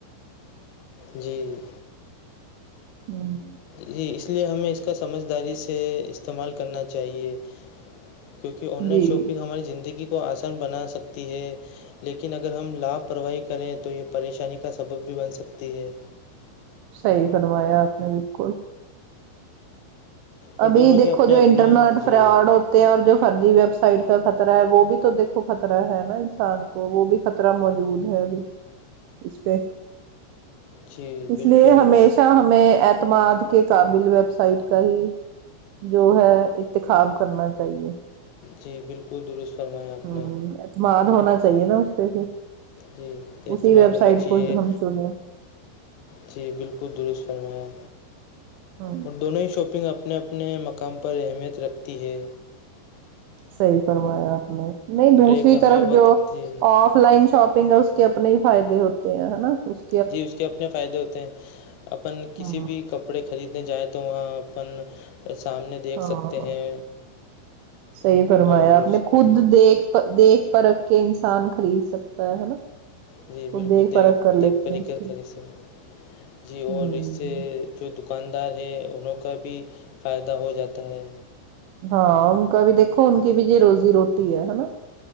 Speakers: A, on the left (about 80°); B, on the right (about 75°).
A: جی
B: ہوں
A: جی اس لیے ہمیں اس کا سمجھداری سے استعمال کرنا چاہیے کیونکہ آن
B: جی
A: لائن شاپنگ ہماری زندگی کو آسان بنا سکتی ہے لیکن اگر ہم لاپرواہی کریں تو یہ پریشانی کا سبب بھی بن سکتی ہے
B: صحی بنوایا آپ نے بالکل
A: اور
B: ابھی
A: دونوں
B: دیکو
A: کے اپنے
B: جو
A: اپنے
B: انٹرنیٹ
A: جی
B: فراڈ اور جو فرضی ویب سائٹ کا خطرہ ہے وہ بھی تو دیکھو خطرہ ہے نا انسان کو تو وہ بھی خطرہ موجود ہے ابھی اس پہ
A: جی بالکل
B: اس لیے ہمیشہ ہمیں اعتماد کے قابل ویب سائٹ کا ہی جو ہے انتخاب کرنا چاہیے
A: جی بالکل درست فرمایا آپ
B: ہوں
A: نے
B: اعتماد ہونا چاہیے نا اس پہ پھر
A: جی اعتماد
B: اسی ویب سائٹ
A: ہونا چاہیے
B: کو ہم چنے
A: جی بالکل درست فرمایا
B: ہ
A: اور دونوں ہی شاپنگ آپ اپنے اپنے مقام پر اہمیت رکھتی ہے
B: صحیح فرمایا آپ نے نہیں دوسری
A: اور ایک
B: طرف
A: ہمیں
B: جو
A: وقت جی
B: آف لائن شاپنگ ہے اس کے اپنے ہی فائدے ہوتے ہیں نا اس
A: جی اس کے اپنے فائدے ہوتے ہیں اپن کسی
B: ہ
A: بھی کپڑے کا خریدنے جائیں تو وہاں اپن سامنے دیکھ
B: ہاں
A: سکتے ہیں
B: صحیح فرمایا
A: اور
B: آپ
A: اس
B: نے خود
A: کی
B: دیکھ دیکھ پرکھ کے انسان خرید سکتا ہے نا
A: جی
B: خود
A: بالکل دیکھ
B: پرکھ کر لیتے
A: دیکھ پری
B: ہیں اس
A: کر
B: کی
A: خرید سیں جی
B: ہ
A: اور اس سے جو دکاندار ہیں انہوں کا بھی فائدہ ہو جاتا ہے
B: ہاں ان کا بھی دیکھو ان کی بھی جو روزی روٹی ہے نا